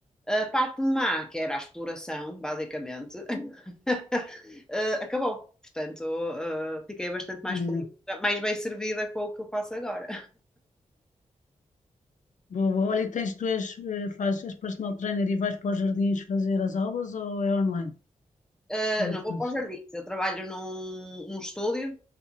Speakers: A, in the centre; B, on the left.
A: A parte má, que era a exploração, basicamente, <laughs> acabou. Portanto, eh, fiquei bastante mais
B: Exato.
A: feliz, mais bem servida com o que eu faço agora.
B: Boa, boa. Olha, tens, tu és, eh, fazes, és personal trainer e vais para os jardins fazer as aulas ou é online?
A: Eh,
B: Como
A: não
B: é que
A: vou
B: fazes?
A: para os jardins, eu trabalho num, num estúdio,